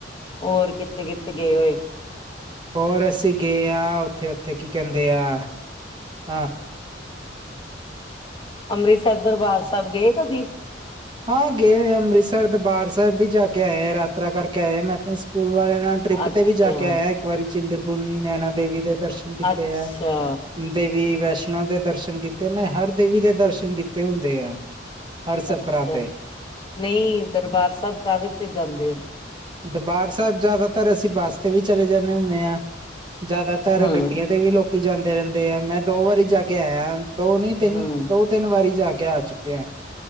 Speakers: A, on the left (about 25°); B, on the right (about 25°).
A: ਹੋਰ ਕਿੱਥੇ- ਕਿੱਥੇ ਗਏ ਹੋਏ।
B: ਹੋਰ ਅਸੀਂ ਗਏ ਹਾਂ ਉੱਥੇ- ਉੱਥੇ ਕੀ ਕਹਿੰਦੇ ਆ ਹਾਂ
A: ਅੰਮ੍ਰਿਤਸਰ ਦਰਬਾਰ ਸਾਹਿਬ ਗਏ ਕਦੀ।
B: ਹਾਂ ਗਏ ਹੋਏ ਆ ਅੰਮ੍ਰਿਤਸਰ ਦਰਬਾਰ ਸਾਹਿਬ ਵੀ ਜਾ ਕੇ ਆਏ ਆ ਯਤਰਾ ਕਰਕੇ ਆਏ ਮੈਂ ਪੁ ਸਕੂਲ ਵਾਲੇ ਨਾਲ ਟ੍ਰਿਪ
A: ਅੱਛਾ
B: ਤੇ ਵੀ ਜਾ ਕੇ ਆਇਆ ਇੱਕ ਵਾਰੀ ਚਿੰਤਪੁਰਨੀ, ਨੈਨਾ ਦੇਵੀ ਦੇ ਦਰਸ਼ਨ ਕੀਤੇ
A: ਅੱਛਾ
B: ਐ, ਦੇਵੀ ਵੈਸ਼ਨੋ ਦੇ ਦਰਸ਼ਨ ਕੀਤੇ ਮੈਂ ਹਰ ਦੇਵੀ ਦੇ ਦਰਸ਼ਨ ਕੀਤੇ ਹੁੰਦੇ ਐ ਹਰ ਸਫ਼ਰਾਂ
A: ਅੱਛਾ
B: ਤੇ
A: ਨਹੀਂ ਦਰਬਾਰ ਸਾਹਿਬ ਕਾਹਦੇ ਤੇ ਜਾਂਦੇ ਹੋ।
B: ਦਰਬਾਰ ਸਾਹਿਬ ਜ਼ਿਆਦਾਤਰ ਅਸੀਂ ਬੱਸ ਤੇ ਵੀ ਚਲੇ ਜਾਂਦੇ ਹੁੰਦੇ ਹਾਂ। ਜ਼ਿਆਦਾਤਰ
A: ਹੂੰ।
B: ਗੱਡੀਆਂ ਤੇ ਵੀ ਲੋਕੀ ਜਾਂਦੇ ਰਹਿੰਦੇ ਆ, ਮੈਂ ਦੋ ਵਾਰੀ ਜਾ ਕੇ ਆਇਆ ਦੋ ਨੀ ਤਿੰਨ
A: ਹੂੰ,
B: ਦੋ ਤਿੰਨ ਵਾਰੀ ਜਾ ਕੇ ਆ ਚੁੱਕੇ ਆ।